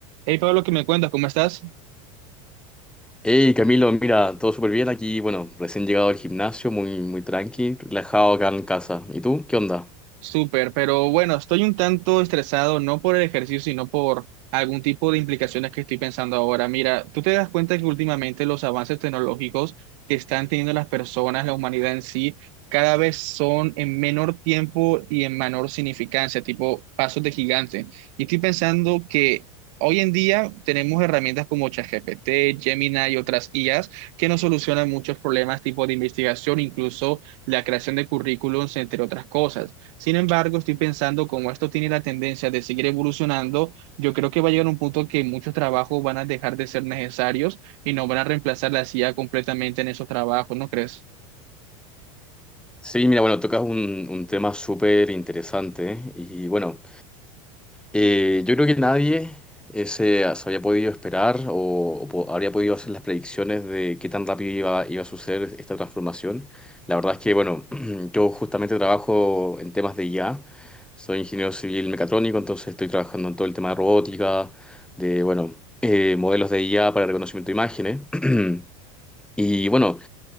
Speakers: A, on the right; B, in the centre.
A: Hey Pablo, ¿qué me cuentas? ¿Cómo estás?
B: Hey Camilo, mira, todo súper bien aquí. Bueno, recién llegado al gimnasio, muy, muy tranqui, relajado acá en casa. ¿Y tú? ¿Qué onda?
A: Súper, pero bueno, estoy un tanto estresado, no por el ejercicio, sino por algún tipo de implicaciones que estoy pensando ahora. Mira, tú te das cuenta que últimamente los avances tecnológicos que están teniendo las personas, la humanidad en sí, cada vez son en menor tiempo y en menor significancia, tipo pasos de gigante. Y estoy pensando que hoy en día tenemos herramientas como ChatGPT, Gemini y otras IAs que nos solucionan muchos problemas, tipo de investigación, incluso la creación de currículums, entre otras cosas. Sin embargo, estoy pensando, como esto tiene la tendencia de seguir evolucionando, yo creo que va a llegar un punto que muchos trabajos van a dejar de ser necesarios y nos van a reemplazar la CIA completamente en esos trabajos, ¿no crees?
B: Sí, mira, bueno, tocas un, un tema súper interesante, ¿eh? Y bueno, Eh, yo creo que nadie eh, se, se había podido esperar o, o po- habría podido hacer las predicciones de qué tan rápido iba, iba a suceder esta transformación. La verdad es que, bueno, <clears throat> yo justamente trabajo en temas de IA, soy ingeniero civil mecatrónico, entonces estoy trabajando en todo el tema de robótica, de, bueno, eh, modelos de IA para reconocimiento de imágenes. <clears throat> Y bueno,